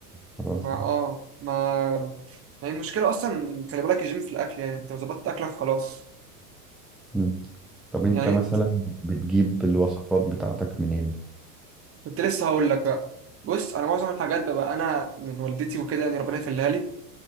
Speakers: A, in the centre; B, on the right (about 30°).
A: خلاص
B: ما
A: يعني
B: اه ما ما هي المشكلة اصلا خلي بالك الجيم في الاكل يعني انت لو ظبطت اكلك خلاص
A: مم. طب انت
B: يعني
A: مثلا
B: انت-
A: بتجيب الوصفات بتاعتك منين
B: كنت لسه هقول لك بقى بص انا معظم الحاجات بقى انا من والدتي وكده يعني ربنا يخليها لي